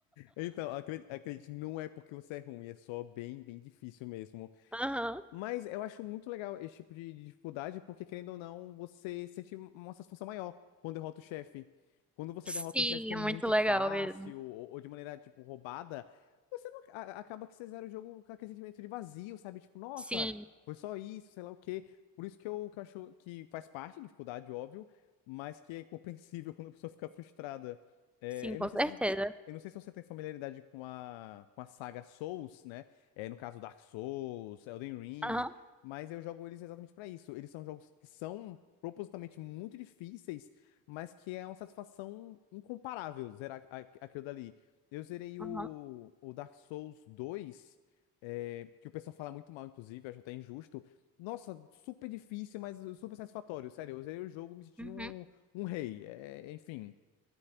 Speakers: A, on the left; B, in the centre.
A: Então, acredite, acredite, não é porque você é ruim, é só bem, bem difícil mesmo.
B: Aham.
A: Mas eu acho muito legal esse tipo de de dificuldade, porque querendo ou não, você sente uma satisfação maior quando derrota o chefe. Quando você
B: Sim,
A: derrota um chefe que é
B: é
A: muito
B: muito legal
A: fácil
B: mesmo.
A: ou, ou de maneira, tipo, roubada, você não, a- acaba que você zera o jogo com aquele sentimento de vazio, sabe? Tipo, nossa,
B: Sim,
A: foi só isso, sei lá o quê. Por isso que eu, que eu acho que faz parte, de dificuldade, óbvio, mas que é compreensível <laughs> quando a pessoa fica frustrada. É,
B: sim,
A: eu
B: com
A: não sei
B: certeza.
A: se você, eu não sei se você tem familiaridade com a, com a saga Souls, né? É, no caso, Dark Souls, Elden Ring,
B: Aham,
A: mas eu jogo eles exatamente pra isso. Eles são jogos que são propositalmente muito difíceis, mas que é uma satisfação incomparável zerar a- aquilo dali. Eu zerei
B: aham.
A: o, o Dark Souls 2, é, que o pessoal fala muito mal, inclusive, eu acho até injusto. Nossa, super difícil, mas super satisfatório. Sério, eu zerei o jogo me sentindo
B: uhum.
A: um, um rei. É, enfim,